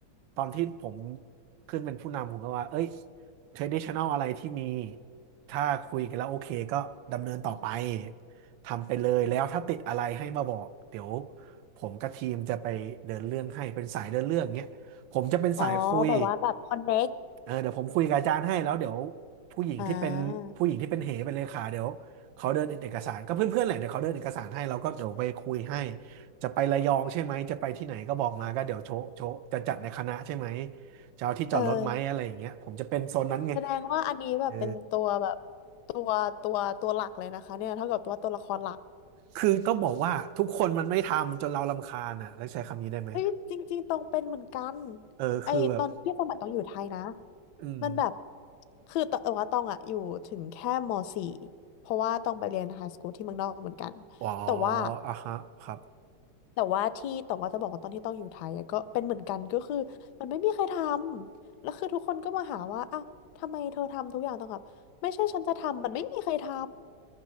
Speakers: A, on the right (about 75°); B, on the left (about 70°).
A: ตอนที่ผมขึ้นเป็นผู้นำผมก็ว่าเอ้ย traditional อะไรที่มีถ้าคุยกันแล้วโอเคก็ดำเนินต่อไป ทำไปเลยแล้วถ้าติดอะไรให้มาบอกเดี๋ยวผมกับทีมจะไปเดินเรื่องให้เป็นสายเดินเรื่องเงี้ยผมจะเป็นสายคุย
B: อ๋อแบบว่าแบบคอนเน็ก
A: เออเดี๋ยวผมคุยกับอาจารย์ให้แล้วเดี๋ยวผู้หญิงที่เป็นผู้หญิงที่เป็นเหเป็นเลขาเดี๋ยวเขาเดินเอกสารก็เพื่อนๆแหละเดี๋ยวเขาเดินเอกสารให้เราก็เดี๋ยวไปคุยให้
B: อ่า
A: จะไประยองใช่ไหมจะไปที่ไหนก็บอกมาก็เดี๋ยวโชะโชะจะจัดในคณะใช่ไหมจะเอาที่จอดรถไหมอะไรอย่างเงี้ยผมจะเป็นโซนนั้นไง
B: เออแสดงว่าอันนี้แบบเป็นตัวแบบ
A: เออ
B: ตัวตัวตัวหลักเลยนะคะเนี่ยเท่ากับว่าตัวละครหลัก
A: คือต้องบอกว่าทุกคนมันไม่ทำจนเรารำคาญอ่ะแล้วใช้คำนี้ได้ไหม
B: เฮ้ยจริงๆตองเป็นเหมือนกัน
A: เออคือแบบ
B: ไอตอนที่สมัยตองอยู่ไทยนะ
A: อืม
B: มันแบบคือตองว่าตองอะอยู่ถึงแค่ม .4 เพราะว่าตองไปเรียนไฮสคูลที่เมืองนอกเหมือนกัน
A: อ๋อ
B: แต่ว่า
A: อ่ะฮะครับ
B: แต่ว่าที่แต่ว่าจะบอกว่าตอนที่ต้องอยู่ไทยอะก็เป็นเหมือนกันก็คือมันไม่มีใครทำแล้วคือทุกคนก็มาหาว่าอ้าวทำไมเธอทำทุกอย่างตองแบบไม่ใช่ฉันจะทำมันไม่มีใครทำ